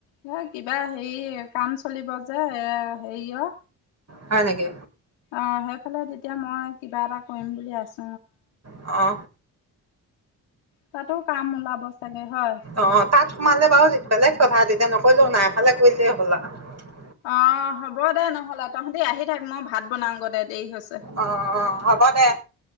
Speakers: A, on the left; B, on the right.
A: এ কিবা হেৰি কাম। চলিব যে এ হেৰি অ।
B: হয় নেকি।
A: অ সেইফালে তেতিয়া মই কিবা এটা কৰিম বুলি আছো।
B: অ।
A: তাতো কাম ওলাব। চাগে হয়।
B: অ তাত সোমালে বাৰু দি বেলেগ। কথা তেতিয়া নকলেও নাই এফালে কৰিলে হ'ল আও।
A: আহ হ'ব দে নহ'লে তহঁতি আহি থাক মই ভাত বনাও গ দে দেৰি হৈছে
B: অ', অ', হ'ব দে